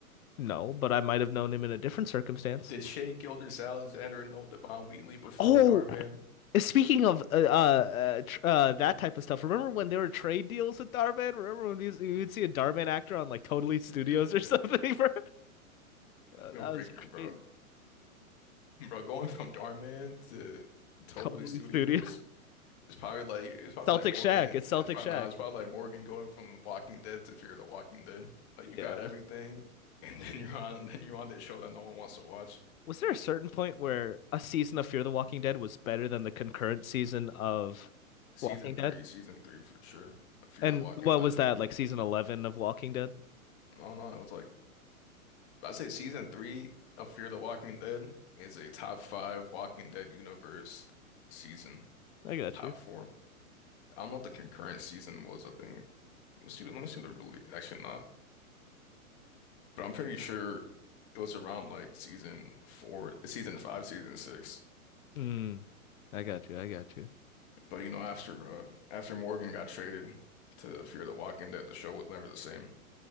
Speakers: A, on the left; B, on the left.
A: no, but I might have known him in a different circumstance.
B: Did Shea Gilgeous-Alexander know Devon Wheatley before
A: Oh,
B: Darman?
A: Speaking of uh, uh, uh that type of stuff, remember when there were trade deals with Darman? Remember when you would see a Darman actor on like Totally Studios
B: Yeah,
A: or <laughs> something?
B: yeah.
A: bro? Oh,
B: It'll
A: that
B: break
A: was crazy.
B: your bro. Bro, going from Darman to Totally
A: Totally
B: Studios,
A: Studio.
B: it's probably like it's probably
A: Celtic
B: like Morgan.
A: Shack. It's Celtic
B: It's probably
A: Shack.
B: not. It's probably like Morgan going from Walking Dead to Fear the Walking Dead. Like
A: Yeah.
B: you got everything, and then you're on and then you're on this show that no one wants to watch.
A: Was there a certain point where a season of Fear the Walking Dead was better than the concurrent season of
B: Season
A: Walking Dead?
B: three, season three for sure. Fear
A: And
B: the Walking
A: what
B: Dead.
A: was that, like season 11 of Walking Dead?
B: No, no, it was like. I'd say season three of Fear the Walking Dead is a top five Walking Dead universe season,
A: I got
B: top
A: you.
B: four. I don't know what the concurrent season was. I think let me see. Let me see the release. Actually, nah. But I'm pretty sure it was around like season four, season five, season six.
A: Mm, I got you. I got you.
B: But you know, after uh, after Morgan got traded to Fear the Walking Dead, the show was never the same.